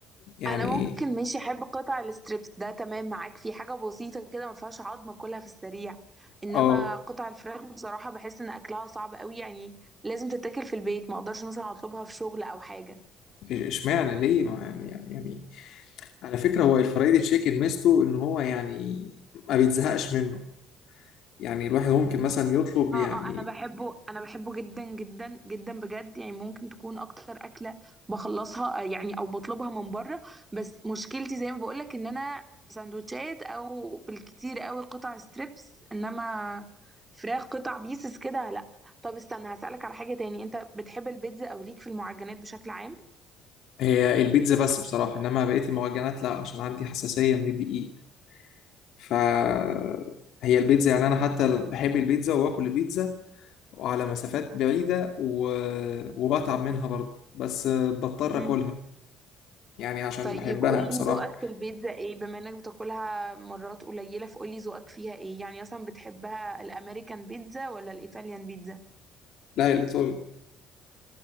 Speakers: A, on the left; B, on the right.
A: يعني
B: انا ممكن ماشي احب قطع الستريبس ده تمام معاك في حاجه بسيطه كده ما فيهاش عظمه كلها في السريع انما
A: اه
B: قطع الفراخ بصراحه بحس ان اكلها صعب قوي يعني لازم تتاكل في البيت ما اقدرش مثلا اطلبها في شغل او حاجه
A: إش- اشمعنى ليه ما يعني يعني يعني على فكره هو الفرايدي تشيكن ميزته ان هو يعني ما بيتزهقش منه يعني الواحد ممكن مثلا يطلب
B: اه
A: يعني
B: اه انا بحبه انا بحبه جدا جدا جدا بجد يعني ممكن تكون اكتر اكله بخلصها آه، يعني او بطلبها من بره بس مشكلتي زي ما بقولك ان انا سندوتشات او بالكتير قوي قطع ستريبس انما فراخ قطع بيسز كده لا طب استنى هسألك على حاجة تاني انت بتحب البيتزا او ليك في المعجنات بشكل عام
A: هي البيتزا بس بصراحه انما بقيه المعجنات لا عشان عندي حساسيه من الدقيق فهي البيتزا يعني انا حتى بحب البيتزا واكل البيتزا وعلى مسافات بعيدة و... وبتعب منها برضه بس بضطر
B: مم.
A: اكلها يعني عشان
B: طيب
A: بحبها
B: قولي
A: بصراحة
B: ذوقك في البيتزا ايه بما انك بتاكلها مرات قليلة فقولي ذوقك فيها ايه يعني مثلا بتحبها الامريكان بيتزا ولا الايطاليان بيتزا
A: لا اللي تقول